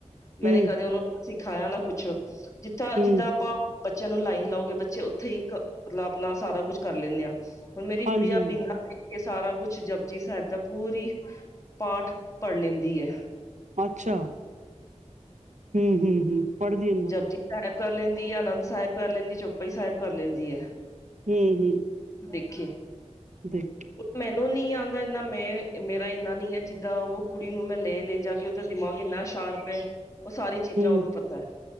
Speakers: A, on the left; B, on the right.
A: ਮੈਂਨੇ
B: ਹਮ
A: ਕਦੇ ਉਨੂੰ ਸਿਖਾਇਆ ਨਾ ਕੁਛ ਜਿੱਥਾਂ ਜਿੱਦਾਂ
B: ਹਮ
A: ਆਪਾਂ ਬੱਚਿਆਂ ਨੂੰ ਲਾਈਨ ਲਾਓਗੇ ਬੱਚੇ ਉੱਥੇ ਹੀ ਇੱਕ ਮਤਲਾ ਆਪਣਾ ਸਾਰਾ ਕੁੱਝ ਕਰ ਲੈਂਨੇ ਆ। ਹੁਣ ਮੇਰੀ ਗੁੜੀਆਂ
B: ਹਾਂਜੀ ਹਾਂਜੀ
A: ਬਿਨਾ ਏ ਸਾਰਾ ਕੁਛ ਜਪਜੀ ਸੇਅਬ ਦਾ ਪੂਰੀ, ਪਾਠ ਪੜ ਲੈਂਦੀ ਐ।
B: ਅੱਛਾ, ਹੂੰ-ਹੂੰ-ਹੂੰ। ਪੜ੍ਹਦੀ ਨਾ
A: ਜਪਜੀ ਸੇਅਬ ਕਰ ਲੈਂਦੀ ਆ, ਆਨੰਦ ਸੇਅਬ ਕਰ ਲੈਂਦੀ, ਚੋਪਈ ਸੇਅਬ ਕਰ ਲੈਂਦੀ ਐ।
B: ਹੂੰ-ਹੂੰ।
A: ਦੇਖ ਐ।
B: ਦੇਖ ਕੇ।
A: ਮੈਨੂੰ ਨੀ ਆਂਦਾ ਇਨਾ ਮੈਂ ਵੇ, ਮੇਰਾ ਇੰਨਾ ਨੀ ਐ ਜਿੱਦਾਂ ਓ ਕੁੜੀ ਨੂੰ ਮੈਂ ਲੈ-ਲੈ ਜਾ ਕੇ ਉਦਾ ਦਿਮਾਗ ਇੰਨਾ ਸ਼ਾਰਪ ਐ, ਓ ਸਾਰੀ ਚੀਜ਼ਾਂ
B: ਹੂੰ
A: ਉਨੂੰ ਪਤੈ।